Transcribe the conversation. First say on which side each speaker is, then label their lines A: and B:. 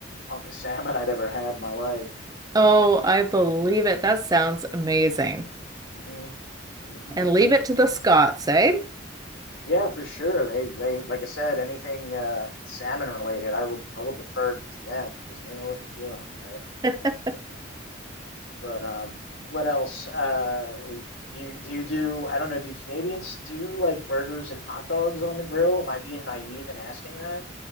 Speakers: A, on the left; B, on the right.
A: hunk of <laughs> salmon I'd ever had in my life.
B: Oh, I believe it. That sounds amazing.
A: hmm hmm
B: And leave it to the Scots, eh?
A: Yeah, for sure. They they like I said, anything uh, salmon related, I will I will defer to them because they know what they're doing up there.
B: <laughs>
A: But um, what else? Uh, do you do you do? I don't know. Do Canadians do like burgers and hot dogs on the grill? Am I being naive in asking that?